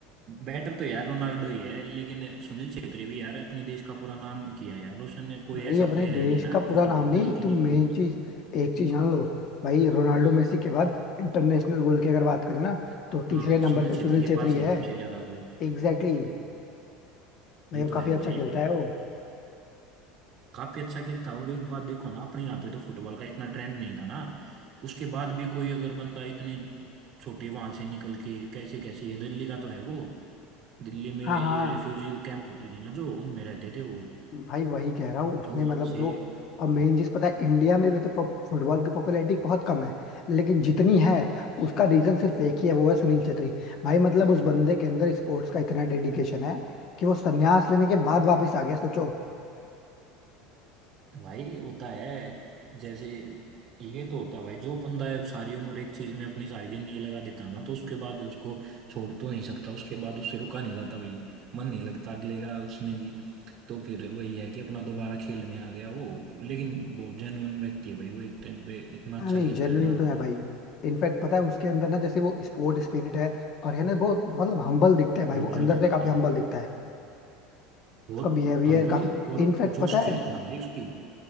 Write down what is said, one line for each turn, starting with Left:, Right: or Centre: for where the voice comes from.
Right: बेटर तो यार रोनाल्डो ही है लेकिन सुनील छेत्री भी यार अपने देश का पूरा नाम किया यार उसने कोई
Left: भाई
Right: ऐसा
Left: अपने
Right: प्लेयर
Left: देश
Right: है नहीं ना
Left: का पूरा
Right: फुटबॉल
Left: नाम नहीं
Right: में लेकिन
Left: तुम
Right: एक
Left: मेन
Right: बहुत
Left: चीज एक चीज जान लो भाई रोनाल्डो मेसी के बाद इंटरनेशनल गोल की अगर बात करें ना तो तीसरे
Right: हाँ
Left: नंबर
Right: सुनील
Left: पे सुनील
Right: छेत्री के
Left: छेत्री
Right: पास
Left: है
Right: ही है सबसे ज्यादा गोल
Left: Exactly exactly. भाई
Right: ये
Left: वो
Right: तो
Left: काफी
Right: है
Left: अच्छा
Right: भाई
Left: खेलता है वो
Right: काफी अच्छा खेलता है और एक बात देखो ना अपने यहाँ पे तो फुटबॉल का इतना ट्रेंड नहीं था ना उसके बाद भी कोई अगर बंदा इतने छोटे वहां से निकल के कैसे कैसे ये दिल्ली का तो है वो दिल्ली में
Left: हाँ
Right: ये
Left: हाँ
Right: रेफ्यूजी कैंप होते थे ना जो उनमें रहते थे वो
Left: भाई वही कह रहा हूँ उसने
Right: तो वहां
Left: मतलब
Right: से
Left: जो और मेन चीज पता है इंडिया में भी तो फुटबॉल की पॉपुलैरिटी बहुत कम है लेकिन जितनी है उसका रीजन सिर्फ एक ही है वो है सुनील छेत्री भाई मतलब उस बंदे के अंदर स्पोर्ट्स का इतना डेडिकेशन है कि वो संन्यास लेने के बाद वापस आ गया सोचो
Right: भाई होता है जैसे ये तो होता है भाई जो बंदा है सारी उम्र एक चीज में अपनी सारी जिंदगी लगा देता ना तो उसके बाद उसको छोड़ तो नहीं सकता उसके बाद उससे रुका नहीं जाता भाई मन नहीं लगता अगले का उसमें भी तो फिर वही है कि अपना दोबारा खेल में आ गया वो लेकिन बहुत जेन्युइन व्यक्ति है भाई वो एक टाइम पे इतना अच्छा
Left: हाँ नहीं
Right: खेलता
Left: जेन्युइन
Right: है ना
Left: तो है भाई इनफैक्ट पता है उसके अंदर ना जैसे वो स्पोर्ट स्पिरिट है और ये ना बहुत मतलब हम्बल दिखता है भाई
Right: बहुत
Left: वो
Right: ज्यादा
Left: अंदर से
Right: भाई
Left: काफी हम्बल दिखता है
Right: बहुत
Left: उसका बिहेवियर
Right: हम्बल
Left: काफी
Right: और
Left: इनफैक्ट
Right: जो
Left: पता
Right: स्किल
Left: है
Right: है ना भाई उसकी